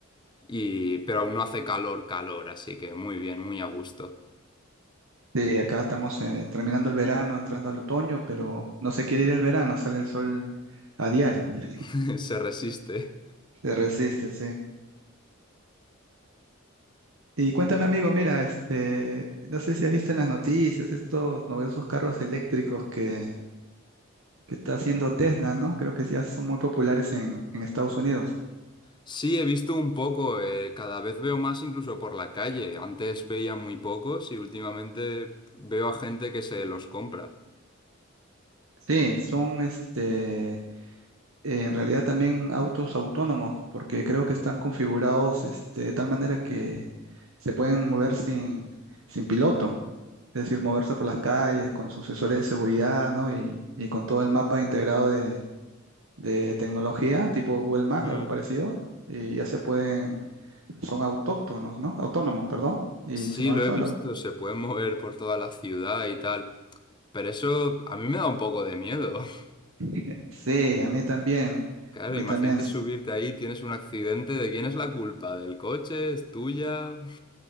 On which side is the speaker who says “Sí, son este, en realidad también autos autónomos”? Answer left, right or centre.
Right